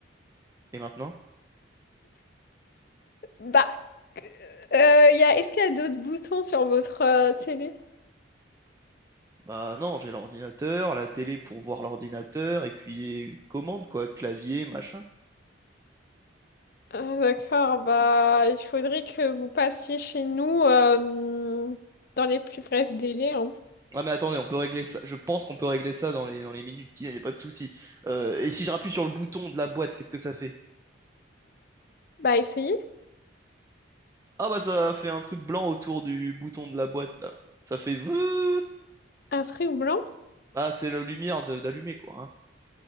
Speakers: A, on the right; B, on the left.
A: Et maintenant?
B: Bah, euh, y a, est-ce qu'il y a d'autres boutons sur votre euh, télé?
A: Bah non, j'ai l'ordinateur, la télé pour voir l'ordinateur, et puis euh, commande, quoi, clavier, machin.
B: Ah, d'accord, bah, il faudrait que vous passiez chez nous euh, dans les plus brefs délais. hein.
A: Ah mais attendez, on peut régler ça. Je pense qu'on peut régler ça dans les, dans les minutes qui viennent, y a pas de souci. Euh, et si je rappuie sur le bouton de la boîte, qu'est-ce que ça fait?
B: Bah, essayez.
A: Ah bah ça fait un truc blanc autour du bouton de la boîte là. Ça fait veuh
B: Un truc blanc?
A: Bah c'est la lumière de- d'allumer quoi. hein.